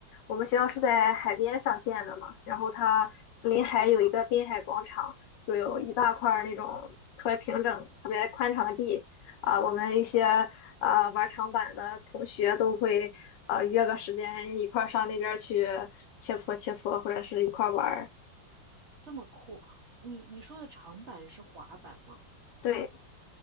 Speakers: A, on the left; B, on the right.
A: 我们学校是在海边上建的嘛，然后它临海有一个滨海广场，就有一大块儿那种特别平整、特别宽敞的地啊、我们一些。啊、玩长板的同学都会啊、约个时间一块儿上那边儿去切磋切磋，或者是一块儿玩儿。
B: 这么酷，你你说的长板是滑板吗？
A: 对，